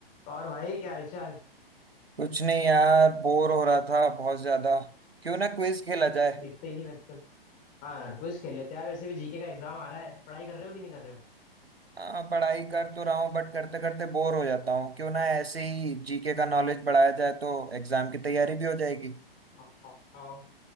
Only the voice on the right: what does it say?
कुछ नहीं यार बोर हो रहा था बहुत ज्यादा क्यों ना क्विज खेला जाए
हाँ पढ़ाई कर तो रहा हूँ बट करते करते बोर हो जाता हूँ क्यों ना ऐसे ही जीके का नॉलेज बढ़ाया जाए तो एग्जाम की तैयारी भी हो जाएगी